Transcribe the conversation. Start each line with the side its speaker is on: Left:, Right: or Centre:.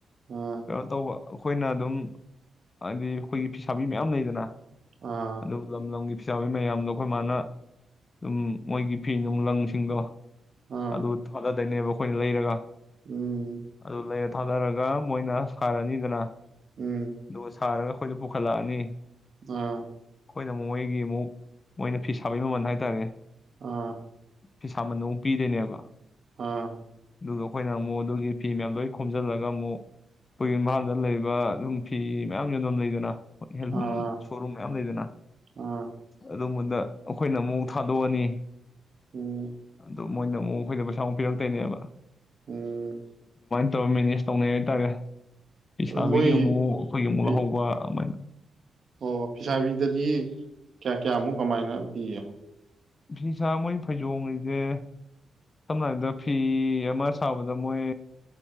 Right: ꯑꯥ
Left: ꯀꯩꯅꯣ ꯇꯧꯕ ꯑꯩꯈꯣꯏꯅ ꯑꯗꯨꯝ ꯍꯥꯏꯗꯤ ꯑꯩꯈꯣꯏꯒꯤ ꯐꯤꯁꯥꯕꯤ ꯃꯌꯥꯝ ꯂꯩꯗꯅ
Right: ꯑꯥ
Left: ꯑꯗꯨ ꯂꯝ ꯂꯝꯒꯤ ꯐꯤꯁꯥꯕꯤ ꯃꯌꯥꯝꯗꯣ ꯑꯈꯣꯏ ꯃꯥꯅ ꯑꯗꯨꯝ ꯃꯣꯏꯒꯤ ꯐꯤꯅꯨꯡ ꯂꯪꯁꯤꯡꯗꯣ
Right: ꯑꯥ
Left: ꯑꯗꯨ ꯊꯥꯗꯗꯩꯅꯦꯕ ꯑꯩꯈꯣꯏꯅ ꯂꯩꯔꯒ
Right: ꯎꯝ
Left: ꯑꯗꯨ ꯂꯩꯔ ꯊꯥꯗꯔꯒ ꯃꯣꯏꯅ ꯁꯥꯔꯅꯤꯗꯅ
Right: ꯎꯝ
Left: ꯗꯨꯒ ꯁꯥꯔꯒ ꯑꯩꯈꯣꯏꯗ ꯄꯨꯈꯠꯂꯛꯑꯅꯤ
Right: ꯑꯥ
Left: ꯑꯩꯈꯣꯏꯅ ꯑꯃꯨꯛ ꯃꯣꯏꯒꯤ ꯑꯃꯨꯛ ꯃꯣꯏꯅ ꯐꯤ ꯁꯥꯕꯩ ꯃꯃꯜ ꯍꯥꯏꯇꯥꯔꯦ
Right: ꯑꯥ
Left: ꯐꯤꯁꯥ ꯃꯟ ꯑꯃꯨꯛ ꯄꯤꯗꯣꯏꯅꯦꯕ
Right: ꯑꯥ
Left: ꯑꯗꯨꯒ ꯑꯈꯣꯏꯅ ꯑꯃꯨꯛ ꯑꯗꯨꯒꯤ ꯐꯤ ꯃꯌꯥꯝ ꯂꯣꯏ ꯈꯣꯝꯖꯤꯜꯂꯒ ꯑꯃꯨꯛ ꯑꯩꯈꯣꯏꯒꯤ ꯏꯝꯐꯥꯜꯗ ꯂꯩꯕ ꯑꯗꯨꯝ ꯐꯤ ꯃꯌꯥꯝ ꯌꯣꯟꯕꯝ ꯂꯩꯗꯅ ꯈꯣꯏ ꯍꯦꯟꯂꯨꯝ
Right: ꯑꯥ
Left: ꯁꯣꯔꯨꯝ ꯃꯌꯥꯝ ꯂꯩꯗꯅ
Right: ꯑꯥ
Left: ꯑꯗꯨꯝꯕꯣꯟꯗ ꯑꯩꯈꯣꯏꯅ ꯑꯃꯨ ꯊꯥꯗꯣꯛꯑꯅꯤ
Right: ꯎꯝ
Left: ꯑꯗꯣ ꯃꯣꯏꯅ ꯑꯃꯨꯛ ꯑꯩꯈꯣꯏꯗ ꯄꯩꯁꯥ ꯑꯃꯨꯛ ꯄꯤꯔꯛꯇꯣꯏꯅꯦꯕ
Right: ꯎꯝ
Left: ꯇꯧ ꯃꯦꯅꯦꯁ ꯇꯧꯅꯩ ꯍꯥꯏꯇꯥꯔꯦ ꯂꯩꯁꯥꯕꯤꯒꯤ
Right: ꯑꯗꯨ ꯃꯣꯏ
Left: ꯃꯨꯛ ꯑꯩꯈꯣꯏꯒꯤꯃꯨꯛ
Right: ꯐꯤ
Left: ꯂꯧꯍꯧꯕ ꯑꯃꯥꯏꯅ
Right: ꯑꯣ ꯐꯤꯁꯥꯕꯤꯗꯗꯤ ꯀꯌꯥ ꯀꯌꯥꯃꯨꯛ ꯀꯃꯥꯏꯅ ꯄꯤꯌ
Left: ꯐꯤꯁ ꯃꯣꯏ ꯐꯩꯖꯣꯉꯁꯦ ꯁꯝꯅ ꯍꯥꯏꯔꯕꯗ ꯐꯤ ꯑꯃ ꯁꯥꯕꯗ ꯃꯣꯏ